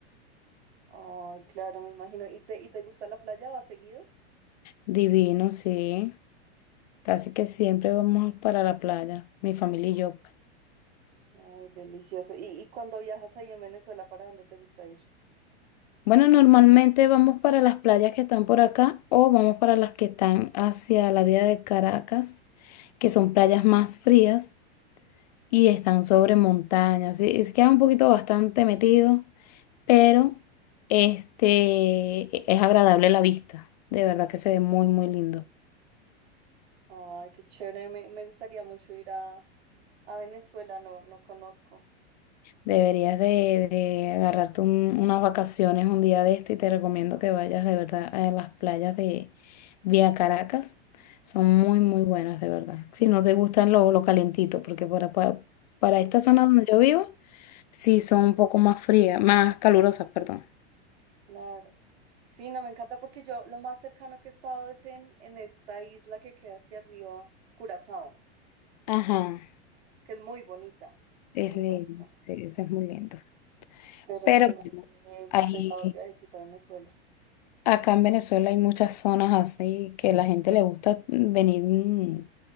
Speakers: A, on the right (about 75°); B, on the left (about 40°).
A: Ay, claro, me imagino. ¿Y te, y te gusta la playa? ¿Vas seguido?
B: Divino, sí. Casi que siempre vamos para la playa, mi familia y yo. pues.
A: Ay, delicioso. ¿Y, y cuando viajas ahí en Venezuela, para dónde te gusta ir?
B: Bueno, normalmente vamos para las playas que están por acá o vamos para las que están hacia la vía de Caracas, que son playas más frías y están sobre montañas. Sí, se queda un poquito bastante metido, pero este e- es agradable la vista. De verdad que se ve muy, muy lindo.
A: Ay, qué chévere. Me, me gustaría mucho ir a, a Venezuela, no, no conozco.
B: Deberías de, de agarrarte un- unas vacaciones un día de este y te recomiendo que vayas de verdad a las playas de Vía Caracas. Son muy, muy buenas, de verdad. Si no te gustan lo, lo calentito, porque para, para, para
A: Eh,
B: esta zona donde yo vivo, sí son un poco más frías, más calurosas, perdón.
A: Claro. Sí, no, me encanta porque yo lo más cercano que he estado es en, en esta isla que queda hacia arriba, Curazao,
B: Ajá,
A: que es muy bonita, muy
B: es lindo,
A: bonita.
B: sí, sí, es muy lindo.
A: Pero
B: Pero
A: sí, no
B: bueno,
A: me he
B: ahí,
A: pegado el viajecito a Venezuela.
B: acá en Venezuela hay muchas zonas así que la gente le gusta venir mm,